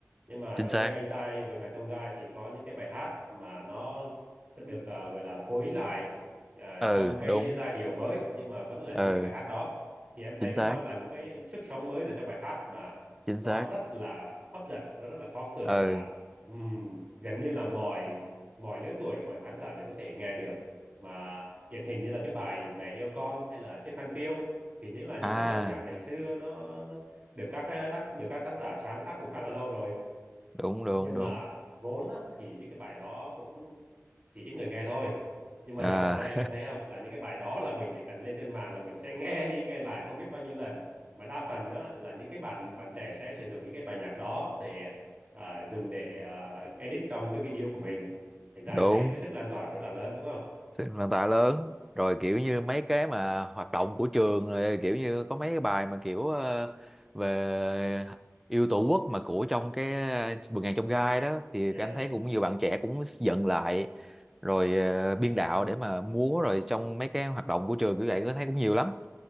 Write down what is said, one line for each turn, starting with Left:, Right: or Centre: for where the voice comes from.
Right: nhưng mà
Centre: chính
Right: đối
Centre: xác
Right: với anh trai vượt ngàn chông gai thì có những cái bài hát mà nó được ờ, gọi là phối lại ờ,
Centre: ừ
Right: trong cái
Centre: đúng
Right: giai điệu mới nhưng mà vẫn là những
Centre: ừ
Right: cái bài hát đó thì em thấy
Centre: chính
Right: nó
Centre: xác
Right: mang lại một cái sức sống mới rồi cho bài hát mà
Centre: chính
Right: nó
Centre: xác
Right: rất là hấp dẫn nó rất là khó cưỡng
Centre: ừ
Right: mà ừm, gần như là mọi mọi lứa tuổi mọi khán giả đều có thể nghe được mà điển hình như là cái bài Mẹ yêu con hay là Chiếc khăn piêu thì những là những
Centre: à
Right: cái dòng nhạc ngày xưa nó, nó được các cái đắc được các tác giả sáng tác cũng khá là lâu rồi
Centre: đúng đúng
Right: nhưng
Centre: đúng
Right: mà vốn á, thì những cái bài đó cũng chỉ ít người nghe thôi nhưng mà
Centre: à
Right: dạo gần đây anh có thấy không là những cái bài đó là mình chỉ cần lên trên mạng là mình sẽ nghe đi nghe lại không biết bao nhiêu lần mà đa phần á, là những cái bạn bạn trẻ sẽ sử dụng những cái bài nhạc đó để à, dùng để à, edit trong cái video của mình thành ra
Centre: <laughs>
Right: anh
Centre: đúng
Right: thấy cái sức lan tỏa rất là lớn đúng không
Centre: Thì nền tảng lớn rồi kiểu như mấy cái mà hoạt động của trường rồi kiểu như có mấy cái bài mà kiểu ờ, về yêu tổ quốc mà của trong cái ờ, vườn ngàn trong gai đó thì
Right: dạ
Centre: anh thấy cũng nhiều bạn trẻ cũng dựng lại rồi ờ, biên đạo để mà múa rồi trong mấy cái hoạt động của trường như vậy có thấy cũng nhiều lắm